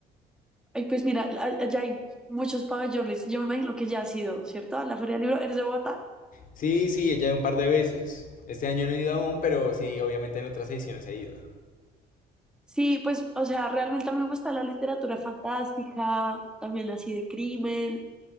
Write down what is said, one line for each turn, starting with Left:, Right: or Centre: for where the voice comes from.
Centre: Ay, pues mira, a- allá hay muchos pabellones, yo me imagino que ya has ido, ¿cierto? A la Feria del Libro, ¿eres de Bogotá?
Left: Sí, sí, ya un par de veces. Este año no he ido aún, pero sí, obviamente en otras ediciones he ido.
Centre: Sí, pues, o sea, realmente a mí me gusta la literatura fantástica, también así de crimen.